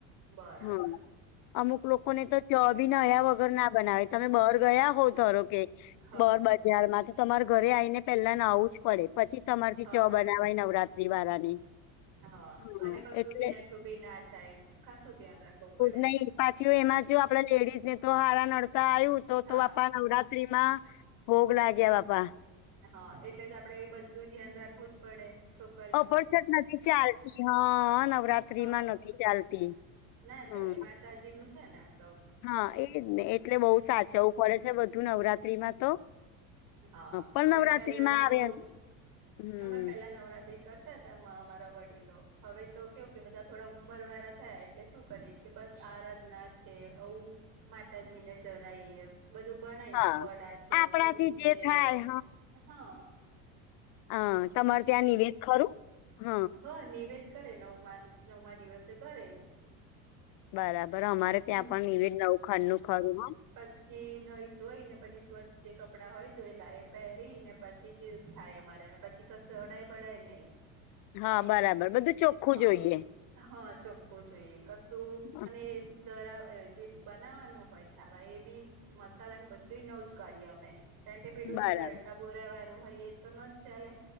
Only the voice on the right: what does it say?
બરાબર
હા
હા
હા,
અને કશું
બી આઠું બી ના થાય, ખાસું ધ્યાન રાખવું પડે.
હા
હા, એટલે તો આપડે બધું ધ્યાન રાખવું જ પડે છે.
હા
ના ચાલે,
માતાજી નું છે ને આ તો.
હા
અમે
પેલા નવ
અમે પેલા નવરાત્રી કરતા હતા અમા અમારા વડીલો હવે તો કેવું કે બધા થોડા ઉમ ઉમર વાળા થયા એટલે શું કરી કે બસ આરાધના છે આવું માતાજી ને ધરાઈએ. બધું બનાઈએ
વડા છે,
પુરી
છે
હ.
હ નિવેદ કરે નવમા નવમા દિવસે કરે.
હમ
કે પછી નઈ ધોઈ ને પછી સ્વ્ચ્છ જે કપડાં હોય ધોઈલા એ પહેરીને પછી જે થાય અમારે. પછી કશું અડાય બડાય નહી.
હા
હા ચોખ્ખું જોઈએ કશું
અને ધરાવ અજે બનાવવાનું હોય ખાવા એ બી મસાલાન બધુંય નવું જ કાઢીએ અમે. કારણ કે પેલું
તો આપડે હડકા બોરા વાળું હોય એ તો ન જ ચાલે.